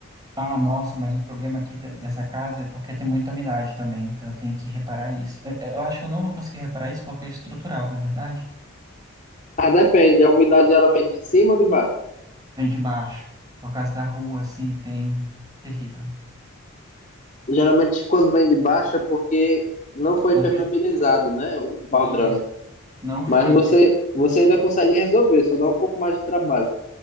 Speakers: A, on the right; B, on the left.
A: Ah, nossa, mas um problema aqui de- dessa casa é porque tem muita umidade também, então eu tenho que reparar isso. Eu, eu acho que eu não vou conseguir reparar isso porque é estrutural, na é verdade?
B: Ah, depende. A umidade ela vem de cima ou de baixo?
A: Vem de baixo, por causa da rua, assim, que tem... Terrível.
B: Geralmente quando vem de baixo é porque não foi
A: Não
B: impermeabilizado,
A: teve...
B: né? O baldrame.
A: E não foi...
B: Mas você, você ainda consegue resolver, só dá um pouco mais de trabalho.